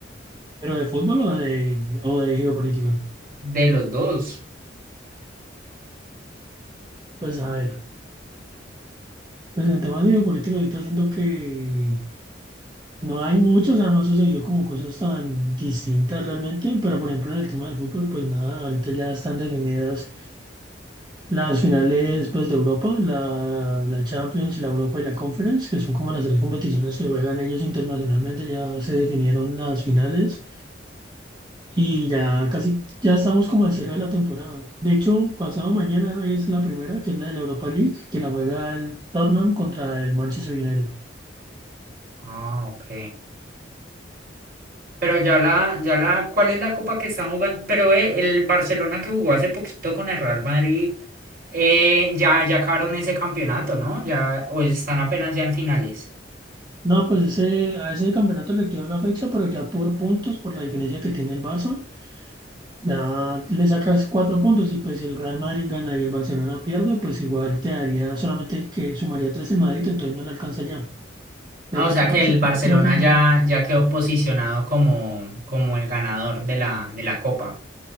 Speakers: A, on the right; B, on the right.
A: pero de fútbol o de, o de geopolítica.
B: de los dos.
A: Pues a ver, pues en temas de geopolítica ahorita siento que no hay mucho, o sea, no ha sucedido como cosas tan distintas realmente, pero por ejemplo en el tema del fútbol, pues nada, ahorita ya están definidas las finales pues de Europa, la, la Champions, la Europa y la Conference, que son como las tres competiciones que juegan ellos internacionalmente, ya se definieron las finales. Y ya casi, ya estamos como al cierre de la temporada. De hecho, pasado mañana es la primera, que es la de la Europa League, que la juega el Tottenham contra el Manchester United.
B: Ah, ok. Pero ya la, ya la, ¿cuál es la copa que están jugando? Pero eh, el Barcelona que jugó hace poquito con el Real Madrid, eh, ya, ya acabaron ese campeonato, ¿no? Ya, o están apenas ya en finales.
A: No, pues ese, a ese campeonato le queda una fecha, pero ya por puntos, por la diferencia que tiene el Barça, ya le sacas cuatro puntos y pues si el Real Madrid gana y el Barcelona pierde, pues igual quedaría solamente que sumaría tres el Madrid, entonces no le alcanza ya. Entonces
B: Ah, o
A: ya
B: sea
A: el
B: que
A: Barça
B: el Barcelona
A: ya quedó campeón
B: ya, ya quedó posicionado como, como el ganador de la, de la Copa.